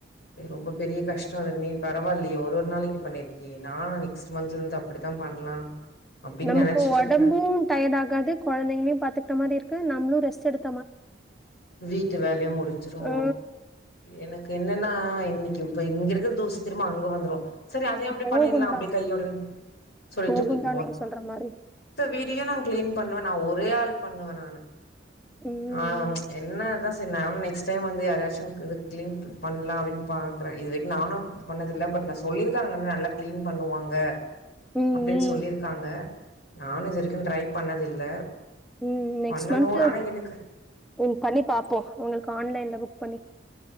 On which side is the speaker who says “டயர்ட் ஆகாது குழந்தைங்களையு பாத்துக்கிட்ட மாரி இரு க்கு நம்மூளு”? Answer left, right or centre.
Centre